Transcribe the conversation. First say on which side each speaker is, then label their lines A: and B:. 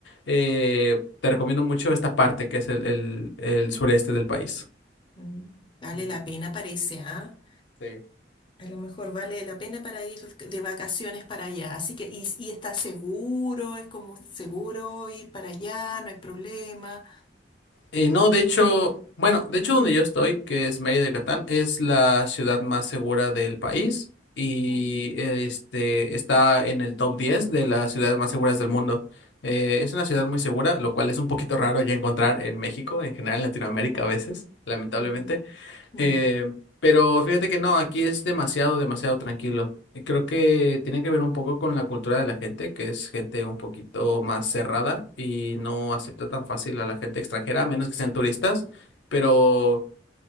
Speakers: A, on the left; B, on the left.
A: eh, te recomiendo mucho esta parte que es el el- el sureste del país.
B: mm. Vale
A: Ujú.
B: la pena, parece, ¿ah?
A: Sí.
B: A lo mejor vale la pena para ir de vacaciones para allá. Así que, y, y está seguro, es como seguro ir para allá, no hay problema.
A: Eh, no, de hecho, bueno, de hecho donde yo estoy, que es Mérida, Yucatán, es la ciudad más segura del país y
B: Mm,
A: este está en el top 10 de las ciudades más seguras del mundo. Eh, es una ciudad muy segura, lo cual es un poquito raro ya encontrar en México, en general en Latinoamérica a veces, lamentablemente.
B: mm, mm,
A: Eh, pero fíjate que no, aquí es demasiado, demasiado tranquilo. Eh, Creo que tiene que ver un poco con la cultura de la gente, que es gente un poquito más cerrada y no acepta tan fácil a la gente extranjera, a menos que sean turistas. Pero